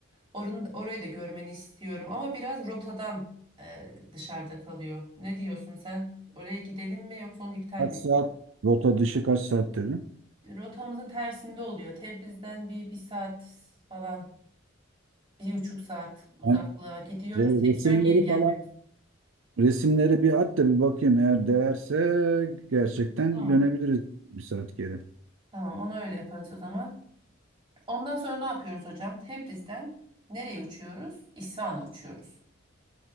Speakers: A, on the right; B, on the right.
A: Orun, orayı da görmeni istiyorum ama biraz rotadan eee, dışarıda kalıyor. Ne diyorsun sen? Oraya gidelim mi yoksa onu iptal
B: Kaç
A: mi
B: saat?
A: edeyim?
B: Rota dışı kaç saat dedim.
A: Rotamızın tersinde oluyor. Tebriz'den bir, bir saat falan, bir buçuk saat uzaklığa
B: Ben
A: gidiyoruz.
B: re-
A: Tekrar
B: resimleri
A: geri gelmemiz
B: falan. Resimleri bir at da bir bakayım. Eğer değerse gerçekten
A: Tamam.
B: dönebiliriz bir saat geri.
A: Tamam, ona öyle yaparız o zaman. Ondan sonra ne yapıyoruz hocam? Tebriz'den nereye uçuyoruz? İsfahan'a uçuyoruz.